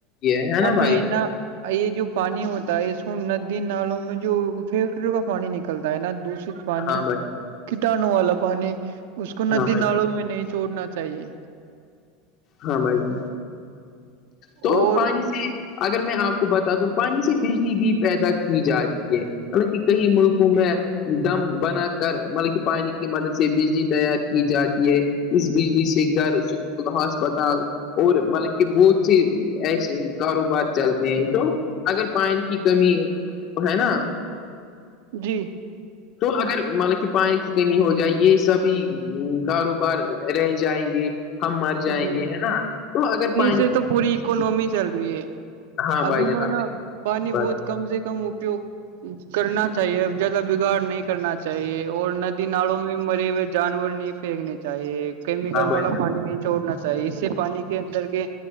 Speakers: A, on the left; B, on the right.
A: ہے نا
B: ہمیں
A: بھائی
B: نہ یہ جو پانی ہوتا ہے اس کو ندی نالوں میں جو فیکٹریوں کا پانی نکلتا ہے نا دوش پانی
A: ہاں بھائی
B: کٹانو والا پانی اس کو ندی
A: ہاں بھائی
B: ناڑوں میں نہیں چھوڑنا چاہیے
A: ہاں بھائی جان تو
B: اور
A: پانی سے اگر میں آپ کو بتا دوں پانی سے بجلی بھی پیدا کی جاتی ہے مطلب کہ کئی ملکوں میں دم بنا کر مطلب کہ پانی کی مدد سے بجلی تیار کی جاتی ہے اس بجلی سے گھر سک ہسپتال اور مطلب کہ بہت ا ایسے کاروبار چلتے ہیں تو اگر پانی کی کمی ہے نا
B: جی
A: تو اگر مطلب کہ پانی کی کمی ہو جائے یہ سبھی کاروبار رہ جائیں گے ہم مر جائیں
B: جی
A: گے ہے نا تو اگر پانی
B: سے تو
A: کی
B: پوری اکنمی چل رہی ہے
A: ہاں
B: اب
A: بھائی
B: ان
A: جان
B: کو
A: آپ
B: نا پانی
A: بات
B: بہت کم سے کم اپیوگ کرنا چاہیے ا زیادہ بگاڑ نہیں کرنا چاہیے چاہیے اور ندی ناڑوں میں مرے ہوئے جانور نہیں پھینکنے چاہیے کیمیکل
A: ہاں بھائی
B: والا
A: جان
B: پانی نہیں چھوڑنا چاہیے اس سے پانی کے اندر کے